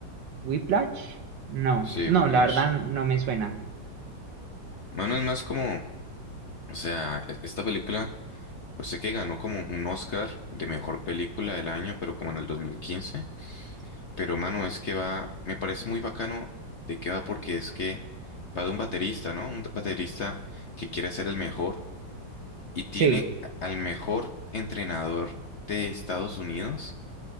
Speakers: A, on the right (about 70°); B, on the left (about 60°).
A: ¿Whiplash? No,
B: Sí,
A: no,
B: Whiplash.
A: la verdad no me suena.
B: Mano, es más como, o sea, e- esta película, yo sé que ganó como un Oscar de mejor película del año, pero como en el dos mil quince Pero, mano, es que va, me parece muy bacano de qué va porque es que va de un baterista, ¿no? Un baterista que quiere ser el mejor y tiene
A: Sí,
B: a- al mejor entrenador de Estados Unidos,